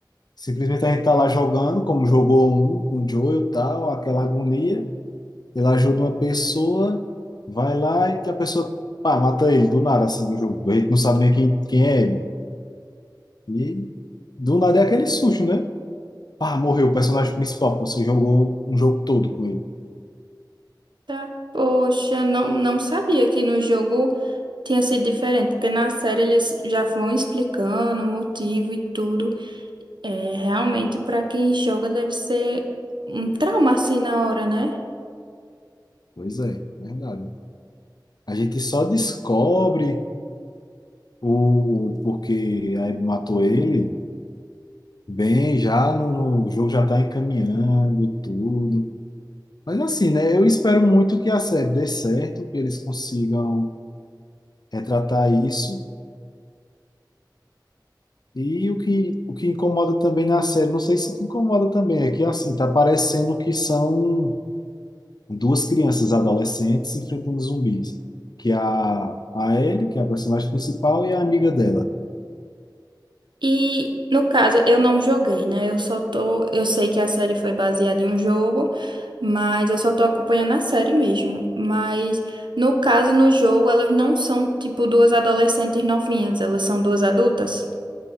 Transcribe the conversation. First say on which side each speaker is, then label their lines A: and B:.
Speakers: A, on the left (about 60°); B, on the right (about 75°).
A: Simplesmente a gente tá lá jogando, como jogou um com o Joel, tal, aquela agonia, ele ajuda uma pessoa, vai lá e que a pessoa, pá, mata ele do nada assim no jogo. A gente não sabe nem quem, quem é ele. E do nada é aquele susto, né? Pá, morreu o personagem principal, que você jogou um jogo todo com ele.
B: Tá, poxa, não, não sabia que no jogo tinha sido diferente, porque na série eles já vão explicando o motivo e tudo. É, realmente, para quem joga, deve ser um trauma assim na hora, né?
A: Pois é, é verdade. A gente só descobre o, porque aí matou ele, bem, já no, no- o jogo já está encaminhando tudo. Mas assim, né? Eu espero muito que a série dê certo, que eles consigam retratar isso. E o que, o que incomoda também na série, não sei se te incomoda também, é que assim, tá parecendo que são duas crianças adolescentes enfrentando zumbis. Que é a, a Ellie, que é a personagem principal, e a amiga dela.
B: E no caso, eu não joguei, né? Eu só tô. Eu sei que a série foi baseada em um jogo, mas eu só tô acompanhando a série mesmo. Mas no caso, no jogo, elas não são tipo duas adolescentes novinhas, elas são duas adultas.